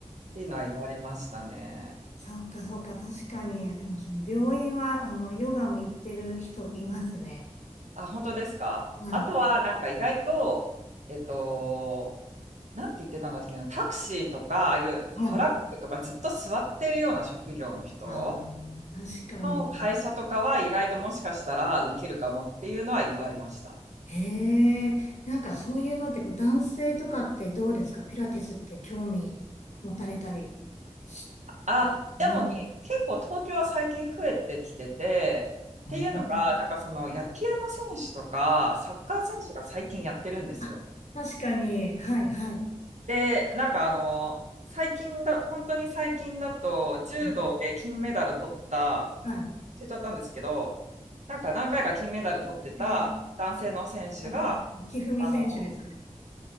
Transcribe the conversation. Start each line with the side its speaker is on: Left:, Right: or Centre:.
Right: ていうのは言われましたね。
Left: そっかそっか、確かに。いやでも、その病院は、あの、ヨガも行ってる人いますね。
Right: あ、本当ですか。
Left: はい。
Right: あとはなんか意外と、えっと、なんて言ってたんだっけな、タクシーとか、ああいうトラックとかずっと座ってるような職業の人
Left: はい。ああ、確かに。
Right: の会社とかは意外ともしかしたら受けるかもっていうのは言われました。
Left: へえ、なんかそういうのって、こう、男性とかってどうですかピラティスって興味持たれたりして。
Right: あ、でもに結構東京は最近増えてきてて、
Left: うん。あー
Right: っていうのが、なんかその野球の選手とかサッカー選手が最近やってるんですよ。
Left: あ、確かに。はい、はい。
Right: で、なんかあの、最近だ、本当に最近だと、柔道で金メダル取った、
Left: はい、は
Right: 名前忘れちゃったんですけど、なんか何回か金メダル取ってた男性の選手が、
Left: い。えー、あひふみ選手ですかね。
Right: あの、